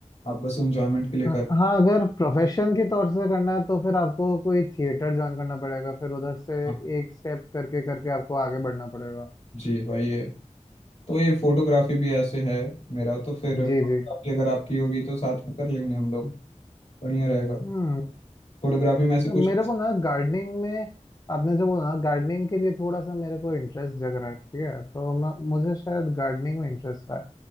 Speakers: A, on the left; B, on the left.
A: आप बस इंजॉयमेंट के लिए
B: हाँ
A: कर
B: हाँ, अगर प्रोफेशन के तौर से करना है तो फिर आपको कोई थिएटर ज्वाइन करना पड़ेगा फिर उधर से
A: हाँ
B: एक स्टेप करके करके आपको आगे बढ़ना पड़ेगा
A: जी वही है तो ये फोटोग्राफी भी ऐसे है मेरा तो फिर
B: जी
A: फोटोग्राफी
B: जी
A: अगर आपकी होगी तो साथ में कर लेंगे हम लोग बढ़िया रहेगा
B: हम्म
A: फोटोग्राफी में ऐसे कुछ
B: मेरे को ना गार्डनिंग में आपने जो बोला ना गार्डनिंग के लिए थोड़ा सा मेरे को इंटरेस्ट जग रहा है ठीक है तो मैं मुझे शायद गार्डनिंग में इंटरेस्ट है